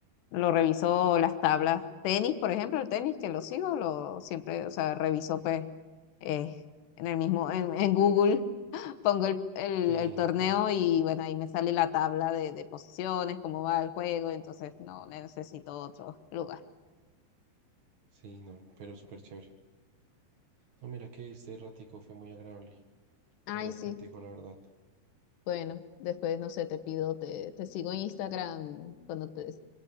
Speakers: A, on the left; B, on the right.
A: lo reviso las tablas, tenis, por ejemplo, el tenis que lo sigo, lo siempre, o sea, reviso pues eh, en el mismo, en, en Google, <laughs> pongo el, el,
B: Sí,
A: el torneo
B: <laughs>
A: y bueno, ahí me sale la tabla de, de posiciones, cómo va el juego, y entonces no necesito otro lugar.
B: sí, no, pero súper chévere. No, mira que este ratico fue muy agradable
A: Ay,
B: hablar
A: sí.
B: contigo, la verdad.
A: Bueno, después, no sé, te pido, te, te sigo en Instagram cuando te-